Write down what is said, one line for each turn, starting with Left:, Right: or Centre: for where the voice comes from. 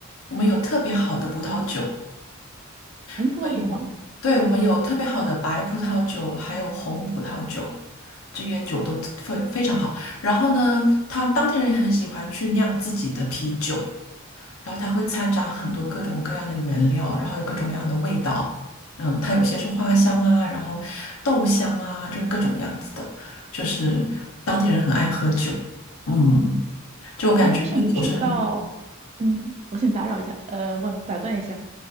Left: 我们有特别好的葡萄酒，
Right: 红葡萄酒吗？
Left: 我们有，对，我们有特别好的白葡萄酒，还有红葡萄酒，这些酒都非非常好。然后呢，他们当地人也很喜欢去酿自己的啤酒，然后它会掺杂很多各种各样的原料，然后有各种各样的味道。嗯，它有些是花香啊，然后豆香啊，就是各种样子的，就是当地人很爱喝酒。嗯。就我感觉就酒是很，
Right: 哎，我想知道，嗯，我先打扰一下，呃，忘了打断一下，